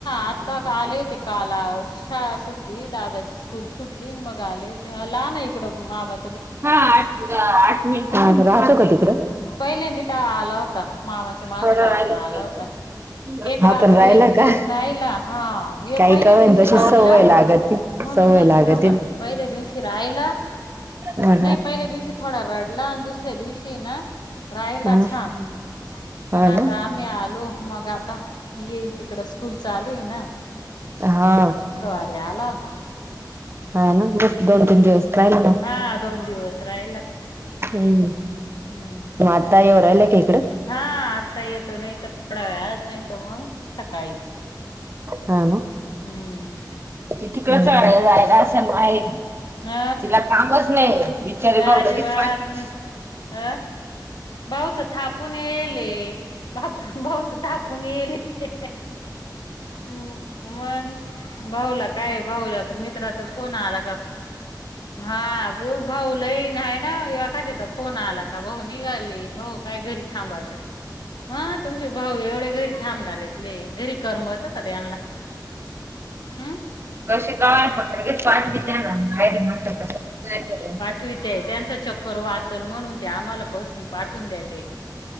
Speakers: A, on the left (about 70°); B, on the right (about 35°).
A: आता आले होते काल. शाळा सुट दादाची स्कूल सुटली मग आले होते. लाहाना इकड मामा
B: हा आठ आठ मिनिट, राहतो का तिकड.
A: पहिलेंदी टाळा आला होता. मामाच्या माग
B: थोडं
A: लागून
B: राहिलंच
A: आला
B: नाही.
A: होता. एक
B: हा
A: रात
B: पण राहिला
A: एक दिवस
B: का
A: राहिला. हा हे
B: काही
A: पहिले
B: का होईन
A: दिवशी
B: तशी
A: रडला.
B: सवय लागती.
A: म्हणूनच
B: सवय लागते
A: हा ना, पहिल्या दिवशी राहिला,
B: ह
A: नाही पहिल्या दिवशी थोडा रडला. आणि दुस दुसऱ्या दिवशी आहे ना रायला
B: ह ह
A: छान.
B: हा
A: आणि आता
B: ना
A: आम्ही आलो मग आता येईल तिकड स्कूल चालू आहे ना.
B: हा
A: शुक्रवारी आला होता
B: हा ना बस दोन तीन दिवस राहिले मग
A: हा दोन दिवस राहिला.
B: हम्म
A: हम्म
B: म आता येऊ राहिला का इकड.
A: हा आता येतो. नाही तर थोडा वेळात. नाही तर मग सकाळी.
B: हा ना
A: हम्म
B: ती तिकडेच जायल असल माहेरी. नाही
A: अ
B: तिला कामच नाही. बिचारे भाऊ
A: अजिबात
B: लगेच पाहतील.
A: नाही अ भाऊच थापून येयल हे. बापू भाऊच थापून येयल हे. उ मग भाऊला काय भाऊला मित्राचा फोन आला का हा भा भाऊ लईन आहे ना. ए एखाद्याचा फोन आला का भाऊ निघाले. भाऊ काय घरी थांबत्या. ह तुमचे भाऊ एवढे घरी थांबणार आहेत. ले घरी कर्मत का त्यांला हम्म
B: <unintelligible>
A: ठुवीत्या, त्यांचा चक्कर वाचल म्हणून ते आम्हाला बसनी पाठवून देते.